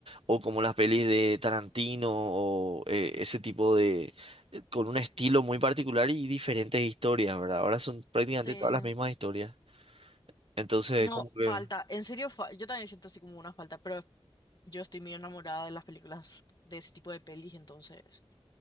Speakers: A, on the right; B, on the left.
A: O como las pelis de Tarantino o eh, ese tipo de... eh, con un estilo muy particular y diferentes historias, ¿verdad? Ahora son prácticamente
B: Sí,
A: todas las mismas historias. Entonces,
B: no,
A: como que...
B: falta, en serio, fa- yo también siento así como una falta, pero yo estoy muy enamorada de las películas, de ese tipo de pelis, entonces,